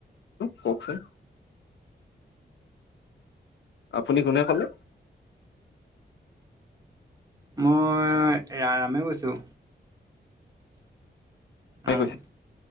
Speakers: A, on the left; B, on the right.
A: কওঁকচোন? আপুনি কোনে ক'লে?
B: মই ৰা ৰামে কৈছোঁ
A: কোনে
B: আহ।
A: কৈছে